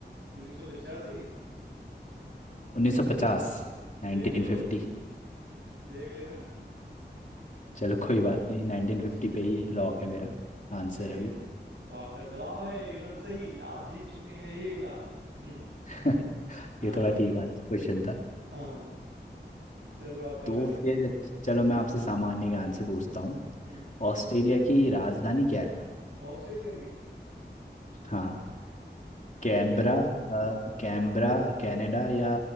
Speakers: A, on the right; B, on the left.
A: 1985
B: उन्नीस सौ पचास Nineteen
A: देख लो
B: fifty
A: देख लेना
B: चलो कोई बात नहीं नाइनटीन
A: <laughs>
B: फिफ्टी पे ही लॉक है मेरा आंसर
A: ठीक
B: अभी
A: है तो आपका जवाब है एकदम सही आप जीत चुके हैं एक लाख हम्म
B: <laughs>
A: हाँ
B: ये थोड़ा ठीक आंसर क्वेश्चन था
A: हाँ चलो आपका
B: तो
A: बारी
B: फिर चलो मैं आपसे सामान्य ज्ञान से पूछता हूँ
A: हम्म
B: ऑस्ट्रेलिया की राजधानी क्या है
A: ऑस्ट्रेलिया की
B: हाँ कैनबरा
A: चलिए हम्म,
B: अ, कैनबरा कनाडा या